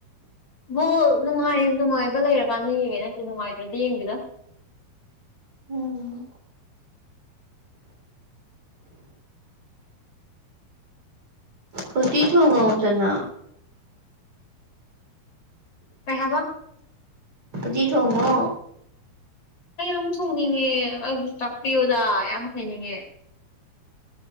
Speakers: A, on the left (about 40°); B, on the right (about 40°).
A: ꯕꯣ ꯅꯨꯡꯉꯥꯏ ꯅꯨꯡꯉꯥꯏꯕ ꯂꯩꯔꯀꯥꯟꯗ ꯌꯦꯡꯉꯦ ꯅꯠꯇ ꯅꯨꯡꯉꯥꯏꯇ꯭ꯔꯗꯤ ꯌꯦꯡꯗꯗ
B: ꯎꯝ ꯍꯧꯇꯤ ꯊꯉꯗꯅ
A: ꯄꯩꯍꯕ
B: ꯗꯤ ꯊꯉ
A: ꯑꯩ ꯌꯥꯝ ꯊꯣꯡꯅꯤꯡꯉꯦ ꯑꯩꯕꯨꯁꯨ ꯇꯥꯛꯄꯤꯌꯨꯗ ꯌꯥꯝ ꯍꯩꯅꯤꯡꯉꯦ